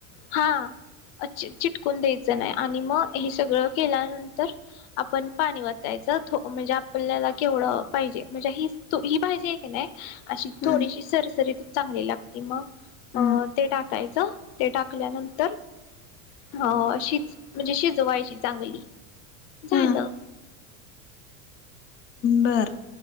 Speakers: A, on the left; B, on the left.
A: हा चि चिटकून द्यायचं नाही आणि मग हे सगळं केल्यानंतर आपण पाणी वतायचं थो म्हणजे आपल्याला केवढं पाहिजे म्हणजे हिच तो ही भाजी हाय की नाय अशी
B: हं
A: थोडीशी सरसरीत चांगली लागती मग
B: हं
A: अह ते टाकायचं <inaudible> ते टाकल्यानंतर अ शी म्हणजे शिजवायची चांगली झालं.
B: हं बर.